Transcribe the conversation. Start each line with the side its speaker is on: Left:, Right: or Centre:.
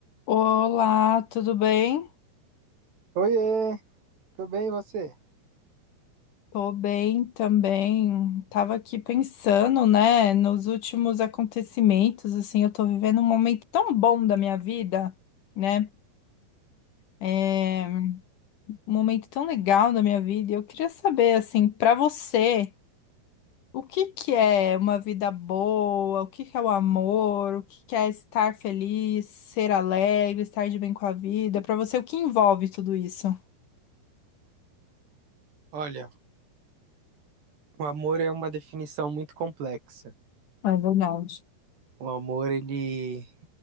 Left: Olá, tudo bem?
Right: Oiê, tudo bem e você?
Left: Tô bem também. Tava aqui pensando, né, nos últimos acontecimentos, assim, eu tô vivendo um momento tão bom da minha vida, né? É um momento tão legal da minha vida. E Eu queria saber, assim, pra você, o que que é uma vida boa? O que que é o amor? O que que é estar feliz, ser alegre, estar de bem com a vida? Pra você, o que envolve tudo isso?
Right: Olha, o amor é uma definição muito complexa.
Left: É verdade.
Right: O amor, ele